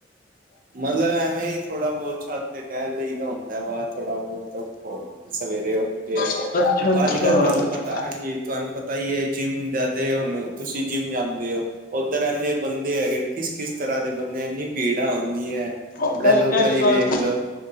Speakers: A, on the right; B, on the left.
A: ਮਤਲਬ ਐਵੇਂ ਈ ਥੋੜਾ ਬੋਹਤ ਛੱਤ ਤੇ ਟੇਹਲ ਲਈ ਦਾ ਹੁੰਦਾ ਵਾ ਥੋੜਾ ਬੋਹਤ ਬ ਸਵੇਰੇ ਉੱਠ ਕੇ,
B: ਅੱਛਾ ਅੱਛਾ
A: ਬ ਅੱਜ ਕੱਲ ਤੁਹਾਨੂੰ ਪਤਾ, ਹਾਂਜੀ। ਤੁਹਾਨੂੰ ਪਤਾ ਈ ਏ ਜਿੰਮ ਦਾ ਤੇ ਹੋਣ ਤੁਸੀਂ ਜਿੰਮ ਜਾਂਦੇ ਔ ਓਧਰ ਐਨੇ ਬੰਦੇ ਹੈਗੇ ਕਿਸ-ਕਿਸ ਤਰ੍ਹਾਂ ਦੇ ਬੰਦੇ, ਇੰਨੀ ਭੀੜਾਂ ਹੁੰਦੀਆਂ ਏ
B: ਇਹ
A: ਅਪਣੇ ਲੋਕਲ
B: ਵੀ ਇਹ ਵੀ
A: ਹੀ
B: ਗੱਲ
A: ਵੇਖ ਲੋ,